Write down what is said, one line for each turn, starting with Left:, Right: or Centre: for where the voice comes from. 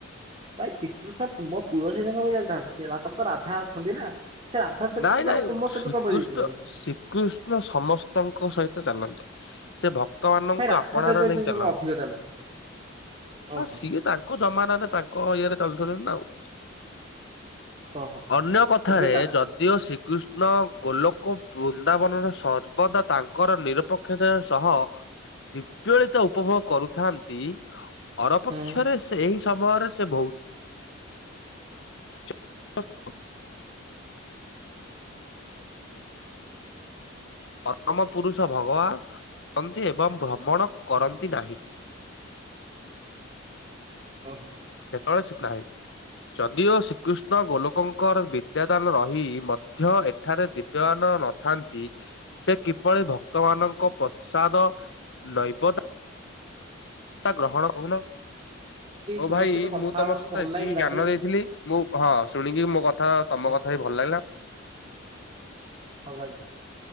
Right: ଭାଇ ଶ୍ରୀକୃଷ୍ଣ ମୋ ପୁଅ ସହିତ କଣ ପାଇଁ ଚାଲିଥାନ୍ତେ? ସିଏ ତାଙ୍କର ତ ରାଧା ଅଛନ୍ତି ନା। ସେ ରାଧା ସହିତ
Left: ନାଇଁ
Right: ଯିବେ
Left: ନାଇଁ
Right: ନା ତୁମ
Left: ଶ୍ରୀକୃଷ୍ଣ
Right: ସହିତ କଣ ପାଇଁ ଯିବେ ଭାଇ
Left: ଶ୍ରୀକୃଷ୍ଣ ସମସ୍ତଙ୍କ ସହିତ ଚାଲନ୍ତି ସେ ଭକ୍ତମାନଙ୍କୁ
Right: ଭାଇ ରାଧା
Left: ଆପଣାର
Right: ସହିତ
Left: ନେଇ ଚାଲନ୍ତି।
Right: ଅଧିକ ଚାଲ ଓହୋ
Left: ଆ ସିଏ ତାଙ୍କ ଜମାନାରେ ତାଙ୍କ ଇଏରେ ଚାଲୁଥିଲେ ନା ଆଉ।
Right: ଓହୋ
Left: ଅନ୍ୟ କଥାରେ
Right: ଏବେ ଚାଲ
Left: ଯଦିଓ ଶ୍ରୀକୃଷ୍ଣ ଗୋଲୋକ ବୃନ୍ଦାବନରେ ସର୍ବଦା ତାଙ୍କର ନିରପକ୍ଷତା ସହ ଦିବ୍ୟଳିତ ଉପଭୋଗ କରୁଥାନ୍ତି ଅର ପକ୍ଷରେ
Right: ହୁଁ।
Left: ସେ ଏହି ସମୟରେ ସେ ବହୁ ହସ୍ ପରମ ପୁରୁଷ ଭଗବାନ କରନ୍ତି ଏବଂ ଭ୍ରମଣ କରନ୍ତି ନାହିଁ।
Right: ଓହୋ।
Left: ଆଳସିକ ନାହିଁ। ଯଦିଓ ଶ୍ରୀକୃଷ୍ଣ ଗୋଲୋକଙ୍କର ବିଦ୍ୟାଦାନ ରହି ମଧ୍ୟ ଏଠାରେ ଦିବ୍ୟାମାନ ନଥାନ୍ତି ସେ କିଭଳି ଭକ୍ତ ମାନଙ୍କ ପ୍ରସାଦ ନୈବଦ ଗ୍ରହଣ ହଉନ ହଉ
Right: ତୁମ
Left: ଭାଇ
Right: ସହିତ କଥା
Left: ମୁଁ ତମ
Right: ହବାକୁ
Left: ସହିତ
Right: ଭଲ
Left: ଏତିକି
Right: ଲାଗିଲା
Left: ଜ୍ଞାନ
Right: ଭାଇ
Left: ଦେଇଥିଲି ମୁଁ ହଁ ଶୁଣିକି ମୋ କଥା ତମ
Right: ହଁ
Left: କଥା ହି ଭଲ ଲାଗିଲା
Right: ହଁ ଭାଇ